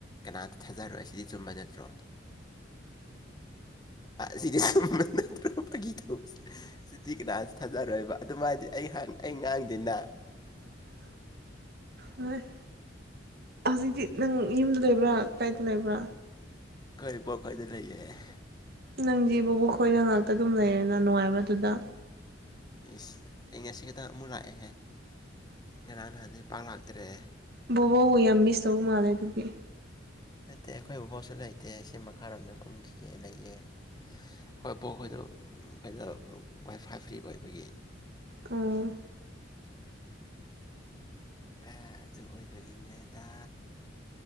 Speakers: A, on the left; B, on the right.
A: ꯀꯅꯥꯇ ꯊꯥꯖꯔꯛꯣꯏꯦ ꯁꯤꯗꯤ ꯆꯨꯝꯕ ꯅꯠꯇ꯭ꯔꯣ ꯁꯤꯗꯤ ꯁꯨꯝ ꯅꯪꯅ ꯇꯧꯔꯛꯄꯒꯤ ꯇꯧꯕꯅꯦ ꯁꯨꯇꯤ ꯀꯅꯥꯁꯨ ꯊꯥꯖꯔꯣꯏꯕ ꯑꯗꯨꯃꯥꯏꯗꯤ ꯑꯩ ꯑꯩ ꯉꯥꯡꯗꯅ
B: <inaudible> ꯍꯣꯏ ꯍꯧꯖꯤꯛꯇꯤ ꯅꯪ ꯌꯨꯝꯗ ꯂꯩꯕ꯭ꯔꯥ ꯀꯥꯏꯗ ꯂꯩꯕ꯭ꯔꯥ
A: ꯀꯩ ꯄꯣꯛꯈꯩꯗꯤ ꯂꯩꯌꯦ
B: ꯅꯪ ꯕꯕꯨ ꯑꯩ ꯈꯣꯏꯅ ꯉꯥꯛꯇ ꯑꯗꯨꯝ ꯂꯩꯔꯦꯅ ꯅꯨꯡꯉꯥꯏꯕꯗꯨꯗ
A: ꯏꯁ ꯑꯩ ꯉꯁꯤ ꯈꯇꯪ ꯑꯃꯨꯛ ꯂꯥꯛꯑꯦꯍꯦ ꯉꯔꯥꯡ ꯅꯍꯥꯟꯗꯤ ꯄꯥꯛ ꯂꯥꯛꯇ꯭ꯔꯦ
B: ꯕꯕꯣꯕꯨ ꯌꯥꯝ ꯃꯤꯁ ꯇꯧ ꯃꯥꯜꯂꯦ ꯑꯗꯨꯗꯤ
A: ꯅꯠꯇꯦ ꯑꯩꯈꯣꯏꯕꯨꯐꯥꯎꯁꯨ ꯂꯩꯇꯦ ꯁꯤ ꯃꯈꯥꯔꯣꯝꯗ ꯀꯨꯝꯈꯤꯌꯦ ꯂꯩꯌꯦ ꯍꯣꯏ ꯕꯣꯛ ꯑꯩꯈꯣꯏꯗꯣ ꯀꯩꯅꯣ ꯋꯥꯏ ꯐꯥꯏ ꯐ꯭ꯔꯤ ꯑꯣꯏꯕꯒꯤ
B: ꯑ
A: ꯑꯗꯨ ꯑꯣꯏꯕꯒꯤꯅꯦꯗ